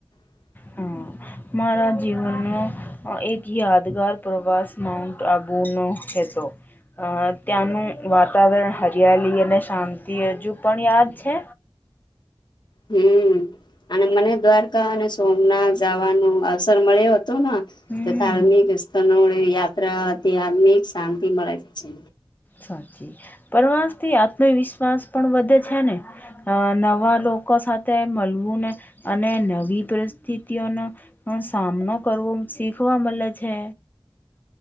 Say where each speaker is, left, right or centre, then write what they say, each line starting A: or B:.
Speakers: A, on the left; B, on the left.
A: <inaudible>
B: હા મારા જીવનનો એક યાદગાર પ્રવાસ માઉન્ટ આબુ નો છે દેસો અ ત્યાંનું વાતાવરણ હરિયાલી અને શાંતિ હજુ પણ યાદ છે.
A: હમ અને મને દ્વારકા અને સોમનાથ જાવાનું અવસર મળ્યો તોના
B: હમ
A: ધાર્મિક યાત્રા હતી હારમિક શાંતિ મળે છે
B: સાચી પરવાસ થી આત્મવિશ્વાસ પણ વધે છે ને નવા નવા લોકો સાથે મલવુંને અને નવી પરિસ્થિતિઓનો સામનો કરવો શીખવા મલે છે.